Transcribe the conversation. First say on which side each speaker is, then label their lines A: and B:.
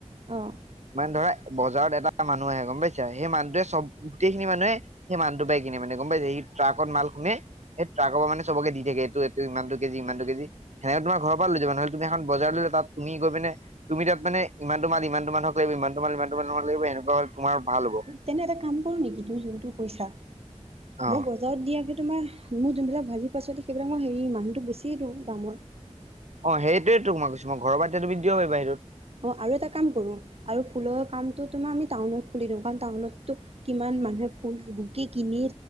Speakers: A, on the right; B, on the right.
A: অ
B: মানে ধৰা বজাৰত এটা মানুহ আহে গম পাইছ সেই মানুহ হটোৱেই গোটেইখিনি মানুহে সেই মানহটো পাই কিনে মানে গম পাইছে সি ট্ৰাকত মাল শুনেে সেই ট্ৰাকৰ পৰা মানে চবকে দি থাকে এইটো ইমানটো কেজি ইমানটো কেজি সনেকে তোমাৰ ঘৰ পৰা লৈ যা নহলে তুমি এখন বজাৰ লৈ তুমি গৈ পে তুমি তাত মানে ইমানটো ম ইমান মানুহ লাগিব ইমান ম ইমান মানুহ লাগ এনেকুৱা হল তোমাৰ ভাল হ'ব
A: তেনে এটা কাম কৰো নেকি তোৰ যোনটো কৈচা,
B: অ
A: মই বজত দি তোমাৰ মোৰ যোনবিলাক ভাজি পাছল সেইবিলাক মই হেৰি মানুহটো বেছিয়ে দিওঁ দামত।
B: অ', সেইটোয়ে তোক মই কৈছো মই ঘৰ এতি তো বি দিবাৰি বাহিৰটোত
A: অ', আৰু এটা কাম কৰো আৰু ফুলৰ কামো তোমাৰ আমি টাউনত খুলি দিওঁ কাৰণ টাউনতো কিমান মানুহে ফুল বুক কিনি